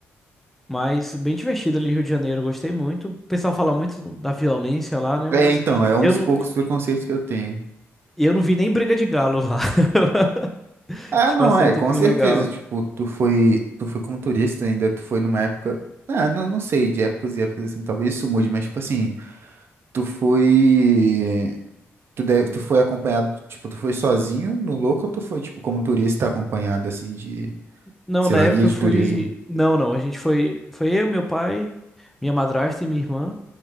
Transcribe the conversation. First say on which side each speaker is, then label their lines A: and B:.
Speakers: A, in the centre; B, on the right.
A: Mas bem divertido ali, Rio de Janeiro, eu gostei muito. O pessoal fala muito do- da violência lá, né?
B: É,
A: Mas
B: então, é um
A: eu
B: dos
A: não,
B: poucos preconceitos que eu tenho.
A: eu não vi nem briga de galo lá. <laughs>
B: Ah,
A: A gente
B: não,
A: passou
B: é,
A: um
B: com
A: tempinho
B: certeza.
A: legal.
B: Tipo, tu foi, tu foi como turista ainda, tu foi numa época. Ah, não, não sei, de épocas e épocas assim, talvez isso mude, mas tipo assim, tu foi. Tu, deve, tu foi acompanhado, tipo, tu foi sozinho no louco ou tu foi, tipo, como turista acompanhado, assim, de,
A: Não,
B: sei
A: na
B: lá,
A: época
B: guia de
A: eu fui.
B: turismo?
A: Não, não, a gente foi. Foi eu, meu pai, minha madrasta e minha irmã.